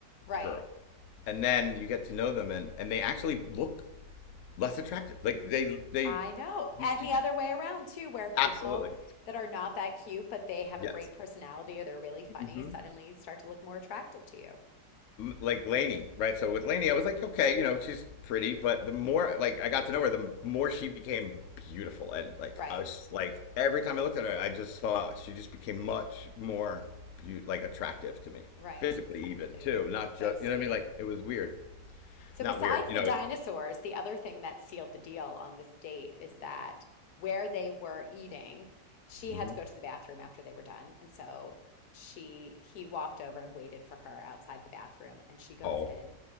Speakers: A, on the left; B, on the left.
A: right.
B: girl, and then you get to know them and and they actually look less attractive. Like they they
A: I know.
B: you,
A: And
B: you-
A: the other way around too, where people
B: absolutely
A: that are not that cute, but they have
B: yes.
A: a great personality or they're really funny,
B: Mm-hmm.
A: suddenly start to look more attractive to you.
B: Like Lainey, right? So with Lainey, I was like, okay, you know, she's pretty, but the more like I got to know her, the more she became beautiful, and like
A: Right,
B: I was just, like every time I looked at her, I just saw she just became much more be- like attractive to me,
A: right,
B: physically
A: exactly.
B: even too, not
A: So
B: just
A: sweet.
B: you know what I mean. Like it was weird,
A: So,
B: not
A: besides
B: weird, you
A: the
B: know.
A: dinosaurs,
B: It's
A: the other thing that sealed the deal on this date is that where they were eating, she
B: mm-hmm.
A: had to go to the bathroom after they were done. And so she he walked over and waited for her outside the bathroom and she goes
B: oh,
A: in.